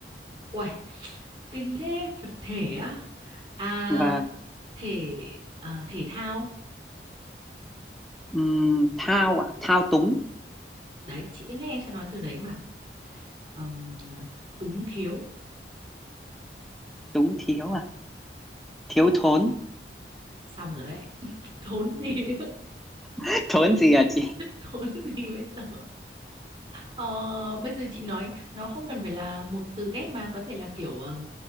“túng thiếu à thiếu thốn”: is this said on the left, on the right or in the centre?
Centre